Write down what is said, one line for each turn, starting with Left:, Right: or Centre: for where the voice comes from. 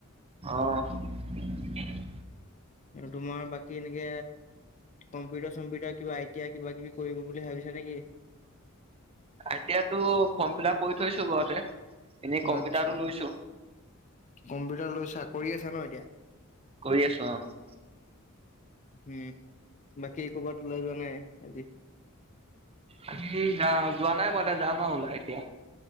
Right: অহ।
Left: আৰু তোমাৰ বাকী এনেকে কম্পিউটাৰ-চম্পিউটাৰ কিবা আই টি আই কিবা কিবি কৰিব বুলি ভাবিছা নেকি?
Right: আই টি আইটো ফৰ্ম ফিলআপ কৰি থৈছো ঘৰতে। এনেই কম্পিউটাৰটো
Left: আচ্ছা
Right: লৈছো,
Left: কম্প লৈচা কৰি আছা ন এতিয়া
Right: কৰি আছো অ'।
Left: উম, বাকী ক'বাত ওলাই যোৱা নাই আজি।
Right: আজি যোৱা নাই মই, যাম আৰু ওলাই এতিয়া।